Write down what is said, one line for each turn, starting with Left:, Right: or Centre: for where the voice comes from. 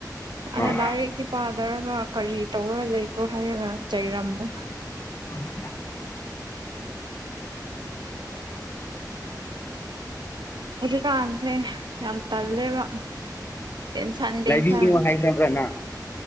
Right: ꯑꯅ
Left: ꯑꯥ
Right: ꯂꯥꯏꯔꯤꯛꯇ ꯄꯥꯗꯔꯒ ꯀꯔꯤ ꯇꯧꯔ ꯂꯩꯕ꯭ꯔꯣ ꯍꯥꯏꯔꯒ ꯆꯩꯔꯝꯃꯦ
Left: ꯎ
Right: ꯍꯧꯖꯤꯛꯀꯥꯟꯁꯦ ꯌꯥꯝ ꯇꯜꯂꯦꯕ ꯇꯦꯟꯁꯟ
Left: ꯂꯥꯏꯕꯤꯒꯤꯅꯣ
Right: ꯇꯦꯟꯁꯟ
Left: ꯍꯥꯏꯈ꯭ꯔꯕ꯭ꯔꯅ